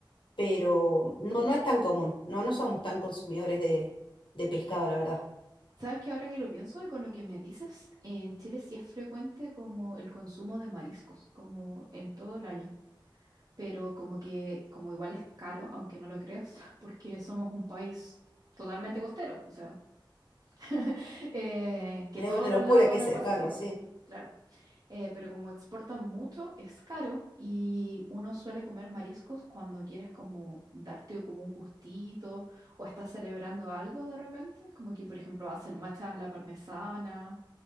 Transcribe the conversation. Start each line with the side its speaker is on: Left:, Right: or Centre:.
Left: pero no, no es tan común. No, no somos tan consumidores de, de pescado, la verdad.
Right: Sabes que ahora que lo pienso y con lo que me dices, en Chile sí es frecuente como el consumo de mariscos, como en todo el año, pero como que como igual es caro, aunque no lo creas, <laughs> porque somos un país totalmente costero, o sea, <laughs> eh, que
Left: Es
Right: todos
Left: una
Right: los
Left: locura
Right: lados dan
Left: que sea
Right: al Pacífico,
Left: caro, sí.
Right: claro. Eh, pero como exportan mucho, es caro y uno suele comer mariscos cuando quieres como darte como un gustito o estás celebrando algo de repente, como que por ejemplo hacen machas a la parmesana,